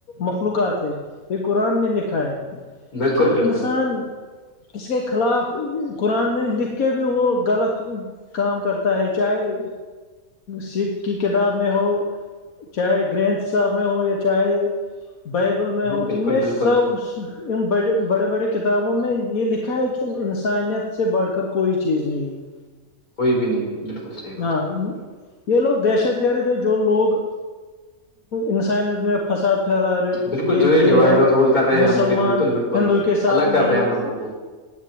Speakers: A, on the left (about 75°); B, on the left (about 85°).
A: مخلوقات ہیں یہ قرآن میں لکھا ہے
B: بالکل
A: تو
B: بالکل
A: انسان اس کے خلاف قرآن میں لکھ کے بھی وہ غلط کام کرتا ہے چاہے سکھ کی کتاب میں ہو چاہے گرنتھ صاحب میں ہو یا چاہے بائبل میں
B: نہیں،
A: ہو
B: بالکل
A: ان میں
B: بالکل
A: سب ان بڑے بڑے کتابوں میں یہ لکھا ہے کہ انسانیت سے بڑھ کر کوئی چیز نہیں ہے
B: کوئی بھی نہیں بالکل صحیح بات
A: ہاں یہ لوگ دہشت گرد ہے جو لوگ انسانیت فساد پھیلا رہی
B: بالکل
A: یہ
B: جو
A: یہ
B: ڈیوائڈ
A: ہے
B: اور رول کر رہے ہیں
A: مسلمان
B: ہم پہ بالکل بالکل
A: ہندو کے ساتھ
B: الگ
A: نہیں
B: کر رہے ہیں ہم لوگوں کو